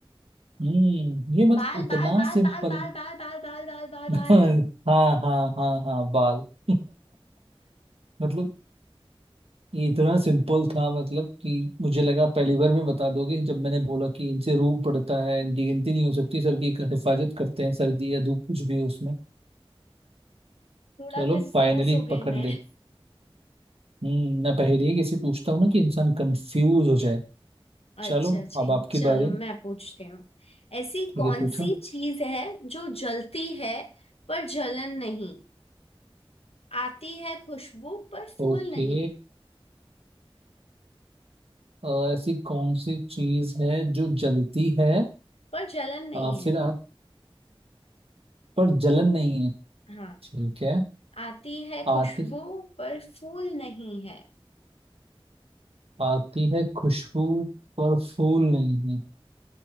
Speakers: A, on the right; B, on the left.
A: हम्म ये मतलब
B: बाल
A: इतना
B: बाल बाल
A: सिंपल
B: बाल बाल बाल बाल बाल बाल बाल
A: <laughs>
B: बाल
A: हाँ हाँ हाँ हाँ बाल <laughs> मतलब ये इतना सिंपल था मतलब कि मुझे लगा पहली बार में बता दोगे जब मैंने बोला कि इनसे रूप पड़ता है इनकी गिनती नहीं हो सकती सर की हिफाजत करते हैं सर्दी या धूप कुछ भी हो उसमें
B: थोड़ा
A: चलो
B: कंफ्यूज
A: फाइनली
B: हो
A: पकड़
B: गई मैं
A: ले हम्म मैं पहेली कैसे पूछता हूँ ना कि इंसान कंफ्यूज हो जाए
B: अच्छा
A: चलो
B: जी
A: अब आपकी
B: चलो
A: बारी
B: मैं पूछती हूँ ऐसी
A: ठीक
B: कौन
A: है पूछो
B: सी चीज है जो जलती है पर जलन नहीं आती है खुशबू पर फूल
A: ओके
B: नहीं
A: अ, ऐसी कौन सी चीज है जो जलती है
B: पर जलन नहीं
A: अ,
B: है
A: फिर आ, पर जलन नहीं है
B: हाँ
A: ठीक है
B: आती है
A: आती
B: खुशबू पर फूल नहीं है
A: आती है खुशबू पर फूल नहीं है